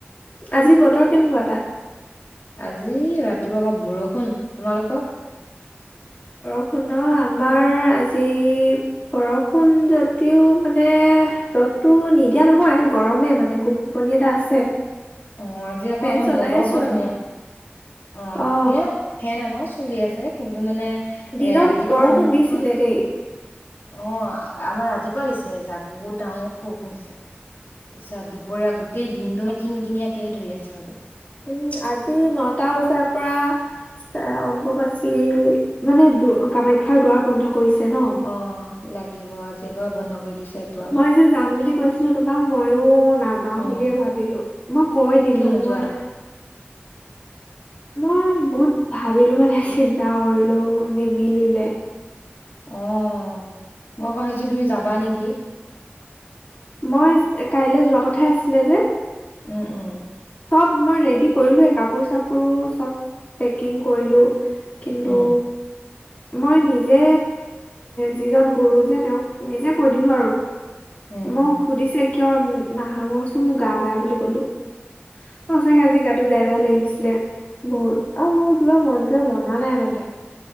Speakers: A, on the left; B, on the left.
A: আজি বতৰ কেনেকুৱা তাত?
B: আজি ৰাতিপুৱা পা বৰষূণ, তোমালোকৰ?
A: বৰষুণ ন, আমাৰ আজি, বৰষুণ যদিও মানে ৰ'দটো নিদিয়া নহয়, গৰমেই মানে গোপ গোপনি এটা আছে।
B: অ' আজি আকৌ
A: ফেন
B: আমাৰ
A: চলাই
B: বতৰ
A: আছো
B: বৰ
A: আৰু
B: ধুনীয়া। অ'
A: অ
B: এই ফেন আমাৰো চলি আছ ছে, কিন্তু মানে
A: দিনত
B: এ ৰাতিপুৱা
A: বৰষুণ
B: এনেকুৱা
A: দিছিলে দেই।
B: অ', আমাৰ ৰাতিপুৱা দিছে এজাক, বহুত ডাঙৰ বৰষুণ দিছে। তাৰপছত দুপৰীয়া গোটেই দিনটো কিন কিনিয়াকে ধৰি আছে আজি।
A: উম, আজি নটা বজাৰ পৰা এ অম্বুবাচী মানে দু কামাখ্যাৰ দুৱাৰ বন্ধ কৰিছে ন।
B: অ লাগিব, আজিৰ পৰাা বন্ধ কৰি দিছে। দুৱাৰ
A: মই যে যাম বুলি কৈছিলো তোমাক, মইও নাযাওঁ
B: অ
A: বুলিয়ে ভাবিলো। মই কৈ দিলো,
B: কিয় নোযোৱা
A: মই- মই বহুত ভাবিলো মানে চিন্তা কৰিলো, নিমিলিলে।
B: অঁ, মই ভাবিছো তুমি যাবা নেকি।
A: মই কাইলৈ যোৱা কথাই আছিলে যে।
B: উম-উম।
A: চব মই ৰেডি কৰিলোয়েই, কাপোৰ-চাপোৰো চব পেকিং কৰিলো। কিন্তু
B: উম
A: মই নিজে, যিজন গুৰু যে, তেওঁক নিজে কৈ দিলো আৰু-
B: উম
A: মোক
B: উম
A: সুধিছে। কিয় নাহ, মই কৈছো মোৰ গা বেয়া বুলি কলো। অ চাগে আজি গাটো বেয়া, বেয়া লাগিছে। ছিলে বহুত আৰু মোৰ কিবা মনটোৱে মনা নাই মানে।